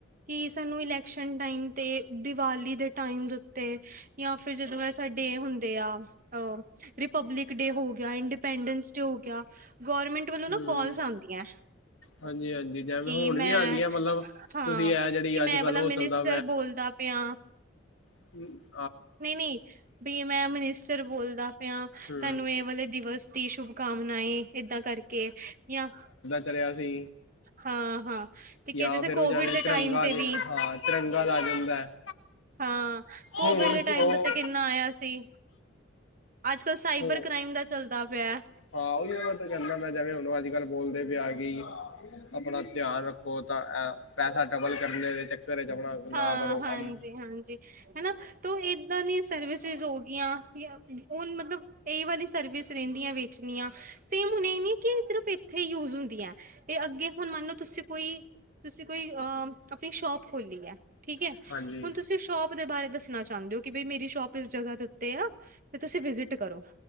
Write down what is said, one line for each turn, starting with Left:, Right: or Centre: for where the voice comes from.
Right: ਕਿ ਸਾਨੂੰ ਇਲੈਕਸ਼ਨ ਟਾਈਮ 'ਤੇ ਦੀਵਾਲੀ ਦੇ ਟਾਈਮ ਦੇ ਉੱਤੇ ਜਾਂ ਫਿਰ ਜਦੋਂ ਸਾਡੇ ਹੁੰਦੇ ਆ ਅ ਰਿਪਬਲਿਕ ਡੇ ਹੋ ਗਿਆ ਇੰਡੀਪੈਂਡੈਂਸ ਡੇ ਹੋ ਗਿਆ ਗਵਰਮੈਂਟ ਵੱਲੋਂ ਨਾ
Left: ਹਮ
Right: ਕੋਲਸ ਆਨ ਦੀਆ
Left: ਹਾਂਜੀ ਹਾਂਜੀ ਜਿਵੇਂ
Right: ਕਿ
Left: ਹੁਣ
Right: ਮੈਂ
Left: ਵੀ ਆਉਂਦੀਆਂ ਮਤਲਬ
Right: ਹਾਂ
Left: ਤੁਸੀਂ ਇਹ ਜਿਹੜੀ
Right: ਕਿ ਮੈਂ
Left: ਅੱਜ ਕੱਲ੍ਹ
Right: ਵਾਲਾ
Left: ਉਹ
Right: ਮਿਨਿਸਟਰ
Left: ਚੱਲਦਾ
Right: ਬੋਲਦਾ ਪਿਆ
Left: ਹਮ
Right: ਨਹੀਂ ਨਹੀਂ ਵੀ ਮੈਂ ਮਨਿਸਟਰ ਬੋਲਦਾ ਪਿਆ
Left: ਹਮ
Right: ਤੁਹਾਨੂੰ ਇਹ ਵਾਲੇ ਦਿਵਸ ਦੀ ਸ਼ੁਭ ਕਾਮਨਾਏ ਏਦਾਂ ਕਰਕੇ ਜਾਂ
Left: ਤਰਿਆ ਸੀ।
Right: ਹਾਂ ਹਾਂ ਠੀਕ
Left: ਜਾਂ
Right: ਹੈ ਜੈਸੇ
Left: ਫਿਰ
Right: ਕੋਵਿਡ
Left: ਉਹ ਜਾਵੇ
Right: ਦੇ
Left: ਤਿਰੰਗਾ
Right: ਟਾਈਮ ਤੇ
Left: ਦੇ
Right: ਵੀ
Left: ਹਾਂ ਤਿਰੰਗਾ ਦਾ ਜਾਂਦਾ ਹੈ।
Right: ਹਾਂ ਕੋਵਿਡ
Left: ਹੁਣ
Right: ਦੇ ਟਾਈਮ
Left: ਉਹ
Right: ਤੋਂ ਤੇ ਕਿੰਨਾ ਆਇਆ ਸੀ ਅੱਜ ਕੱਲ ਸਾਈਬਰ
Left: ਹੁਣ
Right: ਕ੍ਰਾਈਮ ਦਾ ਚੱਲਦਾ ਪਿਆ
Left: ਹਾਂ ਉਹੀ ਤਾਂ ਮੈਂ ਤਾਂ ਕਹਿੰਦਾ ਮੈਂ ਜਿਵੇਂ ਹੁਣ ਅੱਜ ਕੱਲ੍ਹ ਬੋਲਦੇ ਵੀ ਆ ਗਈ। ਆਪਣਾ ਧਿਆਨ ਰੱਖੋ ਤਾਂ ਪੈਸਾ ਡਬਲ ਕਰਨ ਦੇ ਚੱਕਰ ਚ ਆਪਣਾ
Right: ਹਾਂ
Left: ਨਾ ਕਰੋ
Right: ਹਾਂਜੀ
Left: ਕੰਮ
Right: ਹਾਂਜੀ ਹਨਾ ਤੋ ਇਦਾ ਦੀ ਸਰਵਿਸਿਸ ਹੋ ਗਿਆ ਹੁਣ ਮਤਲਬ ਇਹ ਵਾਲੀ ਸਰਵਿਸ ਰਹਿੰਦੀ ਆ ਵੇਚਣੀ ਆ ਸੇਮ ਹੁਣ ਇਹ ਨੀ ਕਿ ਸਿਰਫ਼ ਇੱਥੇ ਯੂਜ ਹੁੰਦੀ ਹੈ ਤੇ ਅੱਗੇ ਹੁਣ ਮੰਨੋ ਤੁਸੀਂ ਕੋਈ ਤੁਸੀਂ ਕੋਈ ਅਹ ਆਪਣੀ ਸ਼ੋਪ ਖੋਲੀ ਹੈ ਠੀਕ ਹੈ
Left: ਹਾਂਜੀ
Right: ਹੁਣ ਤੁਸੀਂ ਸ਼ੋਪ ਦੇ ਬਾਰੇ ਦੱਸਣਾ ਚਾਹੁੰਦੇ ਹੋ ਕਿ ਬੀ ਮੇਰੀ ਸ਼ੋਪ ਇਸ ਜਗ੍ਹਾ ਦੇ ਉੱਤੇ ਆ ਤੇ ਤੁਸੀਂ ਵਿਜਿਟ ਕਰੋ